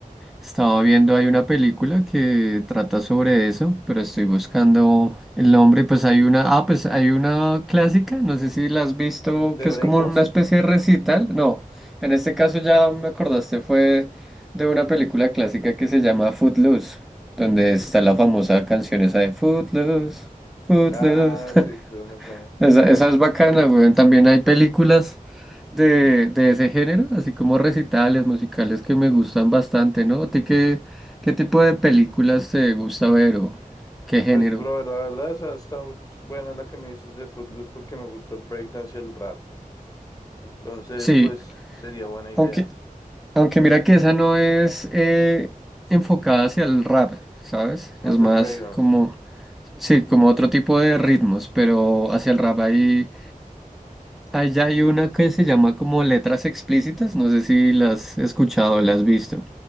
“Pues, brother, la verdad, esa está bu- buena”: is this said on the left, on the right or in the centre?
Left